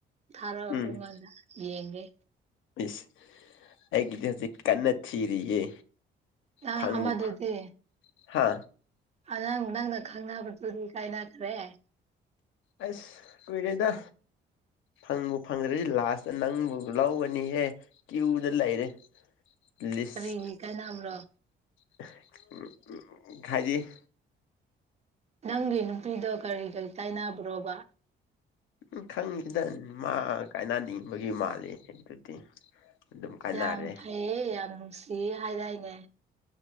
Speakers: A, on the right (about 35°); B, on the left (about 80°).
A: ꯊꯥꯔꯛꯑꯣ
B: ꯎꯝ
A: ꯑꯩꯉꯣꯟꯗ ꯌꯦꯡꯒꯦ
B: ꯏꯁ ꯑꯩꯒꯤꯗꯤ ꯍꯧꯖꯤꯛ ꯀꯟꯅ ꯊꯤꯔꯤꯌꯦ
A: ꯅꯥ
B: ꯐꯪꯕꯨ
A: ꯑꯃꯗꯨꯗꯤ
B: ꯐꯪ ꯍꯥ
A: ꯑꯂꯪ ꯅꯪꯅ ꯈꯪꯅꯕꯗꯨꯗꯤ ꯀꯥꯏꯅꯈ꯭ꯔꯦ
B: ꯑꯏꯁ ꯀꯨꯏꯔꯦꯗ ꯐꯪꯕꯨ ꯐꯪꯗ꯭ꯔꯁꯤ ꯂꯥꯁꯇ ꯅꯪꯕꯨ ꯂꯧꯒꯅꯤꯍꯦ ꯀꯤꯌꯨꯗꯥ ꯂꯩꯔꯦ ꯂꯤꯁ
A: ꯀꯔꯤꯒꯤ ꯀꯥꯏꯅꯕ꯭ꯔꯣ
B: <unintelligible> ꯍꯥꯏꯗꯤ
A: ꯅꯪꯒꯤ ꯅꯨꯄꯤꯗꯣ ꯀꯔꯤ ꯀꯔꯤ ꯀꯥꯏꯅꯕ꯭ꯔꯣꯕ
B: ꯎ ꯈꯪꯅꯤꯗ ꯃꯥ ꯀꯥꯏꯅꯅꯤꯡꯕꯒꯤ ꯃꯥꯂꯤ ꯑꯗꯨꯗꯤ ꯑꯗꯨꯝ ꯀꯥꯏꯅꯔꯦ
A: ꯌꯥꯝ ꯐꯩꯌꯦ ꯌꯥꯝ ꯅꯨꯡꯁꯤꯌꯦ ꯍꯥꯏꯗꯥꯏꯅꯦ